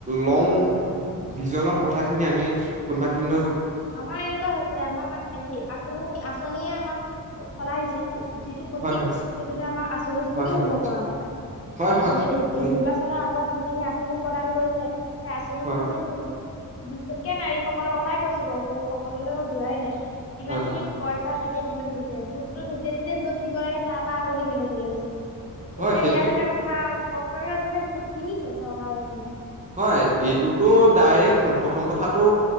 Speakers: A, on the right (about 20°); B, on the left (about 45°).
A: লং ভিজনত কথাখিনি আমি কোনোবাখিনিক
B: আমাৰ এনেকুৱা হৈছে, আমাৰ মানে হেৰি, আঁচনি-আঁচনিয়ে আমাক সলাই দিছে যিটো সঠিক
A: হয় হয়
B: ভোট, সেইটোলৈ আমাৰ আঁচনিখিনি
A: হয় হয়
B: নিব পৰা নাই।
A: হয় হয়
B: নিলে
A: নি-
B: নিৰ্বাচনৰ আগত যিখিনি আঁচনি প্ৰদান কৰিছে সেই আঁচনিখিনিয়ে
A: হয়
B: বিশেষকে নাৰীসকলৰ কথাই কৈছোঁ বাৰু। পুৰুষসকললৈ মই যোৱাই নাই। ইমানখিনি
A: হয় হয়
B: পইচা সৈতিয়ে কিমান দিছে? ভোটটো নিজে নিজে য'ত দিব লাগে, তাৰ পৰা আঁতৰি বেলেগলৈ গুচি গৈছে
A: হয়
B: এতিয়া ইয়াত
A: সেইটো
B: এটা কথা, স্পষ্টকে আছে যে ভোট কিনিছে চৰকাৰ এইখনে
A: হয় এইটোতো ডাইৰেক্ট প্ৰথম কথাটো